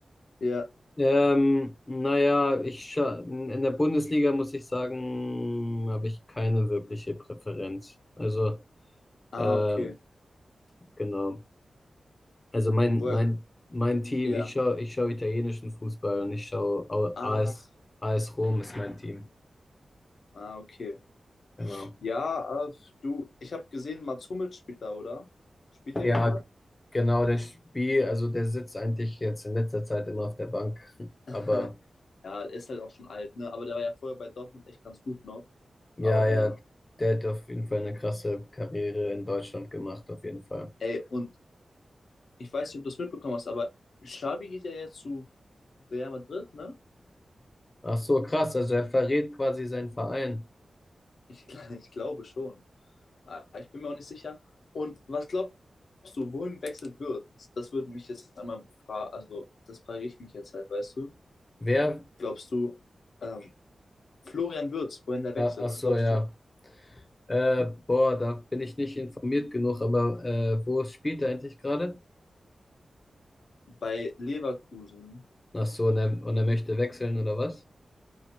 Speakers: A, on the left; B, on the left.
A: Ja.
B: Ähm, naja, ich scha- in der Bundesliga muss ich sagen, habe ich keine wirkliche Präferenz. Also,
A: Ah,
B: ähm,
A: okay.
B: genau. Also mein,
A: Work.
B: mein, mein Team,
A: Ja.
B: ich schaue, ich schaue italienischen Fußball und ich schaue Au-
A: Ah,
B: AS, AS Rom ist mein Team.
A: ah, okay.
B: Genau.
A: Ja, äh, du, ich habe gesehen, Mats Hummels spielt da, oder? Spielt der
B: Ja,
A: überhaupt?
B: genau, der Spiel, also der sitzt eigentlich jetzt in letzter Zeit immer auf der Bank.
A: <laughs>
B: Aber
A: Ja, er ist halt auch schon alt, ne? Aber der war ja vorher bei Dortmund echt ganz gut noch.
B: ja,
A: Aber naja.
B: ja, der hat auf jeden Fall eine krasse Karriere in Deutschland gemacht, auf jeden Fall.
A: Ey, und ich weiß nicht, ob du es mitbekommen hast, aber Xabi geht ja jetzt zu Real Madrid, ne?
B: Ach so, krass. Also er verrät quasi seinen Verein.
A: Ich, gl- <laughs> ich glaube schon. Ah, Ich bin mir auch nicht sicher. Und was glaubst du, wohin wechselt wird? Das würde mich jetzt einmal fragen, also das frage ich mich jetzt halt, weißt du?
B: Wer?
A: Glaubst du, ähm, Florian Wirtz, wohin der
B: Ah,
A: wechselt?
B: Ach
A: Was
B: so,
A: glaubst
B: ja.
A: du?
B: Äh, boah, da bin ich nicht informiert genug, aber äh, wo spielt er eigentlich gerade?
A: bei Leverkusen,
B: Ach so, und er, und er möchte wechseln oder was?